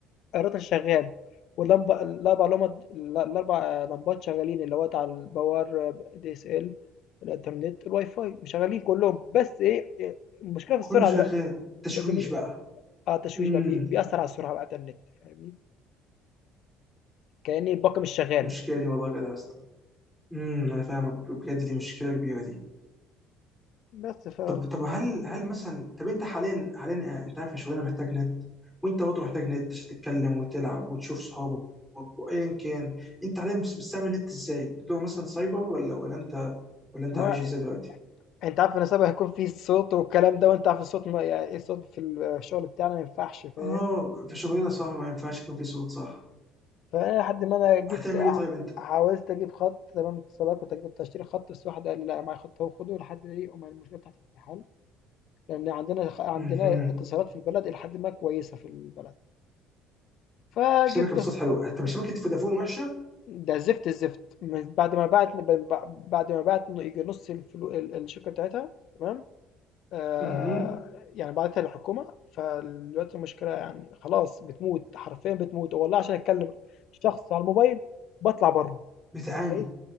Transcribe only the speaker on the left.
الراوتر شغال واللمبه الاربع لمبات الاربع لمبات شغالين اللي هو بتاع الباور دي اس ال الانترنت الواي فاي شغالين كلهم بس ايه إيه، المشكله في
السرعه
دلوقتي
بس مش
اه التشويش
بقى بي- بيأثر على السرعه بقى بتاع النت فاهمني كأني الباقه مش شغاله
بس ف
ما
انت عارف ان سبق هيكون في صوت والكلام ده وانت عارف الصوت ما... يعني الصوت في الشغل بتاعنا ما ينفعش فاهم
فانا لحد ما انا جبت
ع-
حاولت اجيب خط تمام اتصالات كنت كنت اشتري خط بس واحد قال لي لا معايا خط اهو خده لحد ايه أما المشكله بتاعت الامتحان لان عندنا خ- عندنا
اتصالات في البلد الى حد ما كويسه في البلد فجبت
ده زفت الزفت من بعد ما بعت بعد ما بعت يجي نص الفلو ال- الشركه بتاعتها تمام آه
يعني بعتها للحكومه فدلوقتي المشكله يعني خلاص بتموت حرفيا بتموت والله عشان اتكلم شخص على الموبايل بطلع بره
متخيل